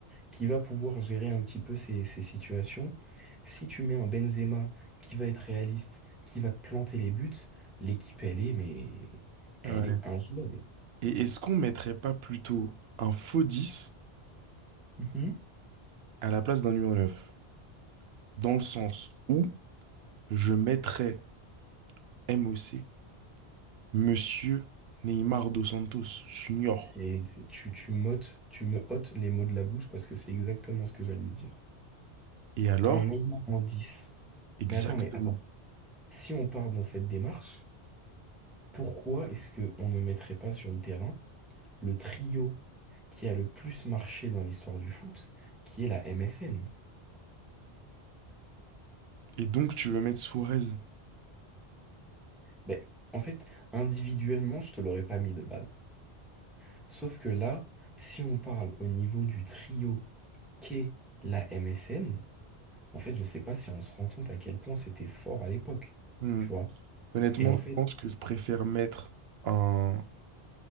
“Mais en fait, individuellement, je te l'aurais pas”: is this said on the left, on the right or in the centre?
Centre